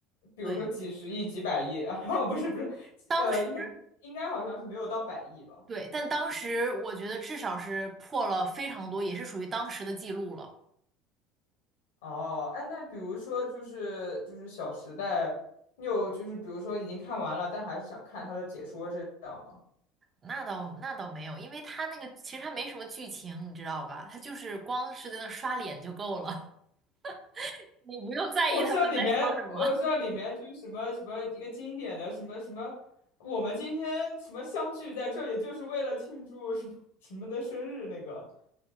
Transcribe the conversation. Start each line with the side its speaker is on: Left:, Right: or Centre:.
Left: 比如说几十亿、
Right: 对。
Left: 几百亿 <laughs> 啊，不是不是，
Right: 当时
Left: 呃，应该应该好像是没有到百亿吧？
Right: 对，但当时我觉得至少是破了非常多，也是属于当时的记录了。
Left: 哦，哎，那比如说就是就是《小时代》，你有就是比如说已经看完了，但还是想看他的解说这样吗？
Right: 那倒那倒没有，因为他那个其实他没什么剧情，你知道吧？他就是光是在那刷脸就够了，<laughs> 你不用在意他们在说什么。
Left: 我知道里面，我知道里面就是什么什么一个经典的什么什么，我们今天什么相聚在这里，就是为了庆祝什么什么的生日那个。